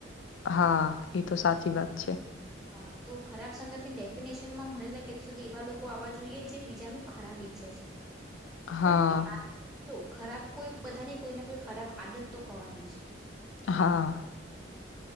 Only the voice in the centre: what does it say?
હા તો ખરાબ સંગત ની ડેફિનેશન માં મને લાગ ત્યાં સુધી એવા લોકો આવવા જોઈએ જે બીજાનું ખરાબ ઈ છે
કારણ કે આ ખરાબ કોઈ બધાની કોઈ ને કોઈ ખરાબ આદત તો હોવાની છે